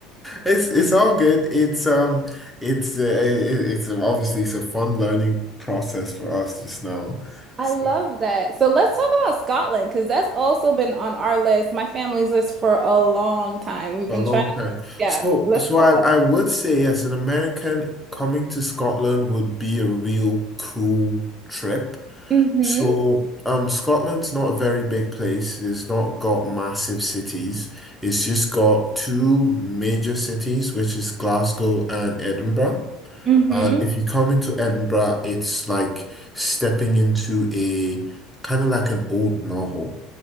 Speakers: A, in the centre; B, on the right.
A: it's it's all good. It's um it's uh, it, it- it's um, obviously it's a fun learning process for us just now.
B: I
A: So
B: love that. So let's talk about Scotland because that's also been on our list, my family's list for a long time. We've
A: for
B: been
A: a long
B: trying to,
A: time.
B: yeah,
A: So
B: let's
A: so I
B: talk about
A: I would say yes, an American coming to Scotland would be a real cool trip.
B: it. Mm-hmm.
A: So, um, Scotland's not a very big place. It's not got massive cities. It's just got two major cities, which is Glasgow and Edinburgh.
B: Mm-hmm.
A: Uh, if you come into Edinburgh, it's like stepping into a kind of like an old novel.